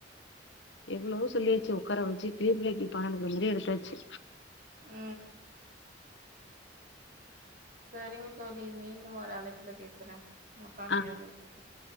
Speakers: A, on the left; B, on the right.
A: எவ்வளவோ சொல்லியாச்சு உக்கார வச்சு கிளிபில்லைக்கு பாடம் நடத்துற மாரி எடுத்தாச்சு
B: அ சரிங்க தோழி மீண்டும் வர அழைப்பில பேசுறே மக்கால்
A: ஆ
B: நேரம் போயிகிட்டு இருக்